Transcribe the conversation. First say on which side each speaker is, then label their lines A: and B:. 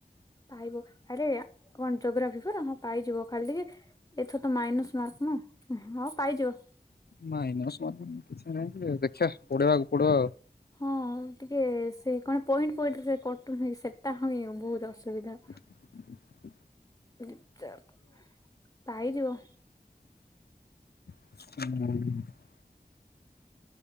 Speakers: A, on the left; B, on the left.
A: ପାଇବ ଆରେ କଣ ଜୋଗ୍ରାଫି ପରା ହଁ ପାଇଯିବ ଖାଲି ଟିକେ ଏଥ ତ ମାଇନସ ମାର୍କ ନା ହଁ ପାଇଯିବ।
B: ମାଇନ୍ସ ମାର୍କ ନାଇ କିଛି ନାହିଁ ଯେଦେଖିବା ପଢେଇବାକୁ ପଡିବ।
A: ହ। ଟିକେ ସେ କଣ ପଏଣ୍ଟ ପଣ୍ଟରେ କଟୁନି ସେଟା ହଁ ବହୁତ ଅସୁବିଧା।
B: ହୁଁ।
A: ରିର୍ଚଜପାଇ ଯିବ।
B: ହୁଁ।